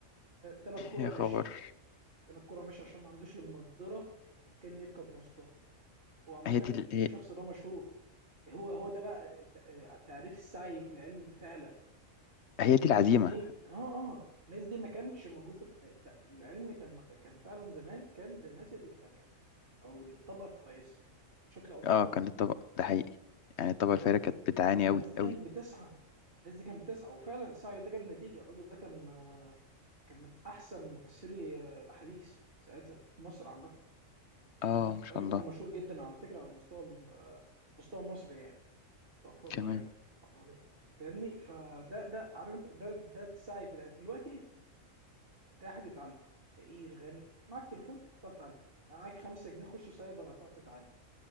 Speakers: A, on the right; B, on the left.
A: ثلاث قرى
B: يا
A: ماشي
B: خبر
A: ثلاث قرى ماشي عشان ما عندوش المقدره انه كان يركب مواصلات هو عامه
B: هي دي ال-
A: الشخص
B: هي,
A: ده مشهور هو هو ده بقى ت- تعريف السعي في العلم فعلا
B: هي دي
A: الناس
B: العزيمة
A: دي اه اه الناس دي ما كانتش موجودة العلم كان كان فعلا زمان كان للناس الغنية او للطبقة الكويسة بشكل او باخر
B: اه كان للطبق ده حقيقي يعني الطبقة
A: بالظبط
B: الفارقة كانت بتعاني
A: والناس
B: أوي
A: دي كانت
B: أوي
A: بتسعى الناس دي كانت بتسعى وفعلا السعي ده جاب نتيجة الراجل ده كان كان من احسن مفسري آه، الاحاديث ساعتها في مصر عامة فاهمني
B: اه ما شاء
A: الراجل
B: الله
A: كان مشهور جدا على فكرة على مستوى مستوى مصر يعني استغفر الله
B: كمان
A: يعني استغفر الله. فاهمني فده ده عارف انت ده ده السعي في العلم دلوقتي ايه انت احد يتعلم فقير غني معاك تليفون تعرف تتعلم معاك 5 جنيه خش سايبر هتعرف تتعلم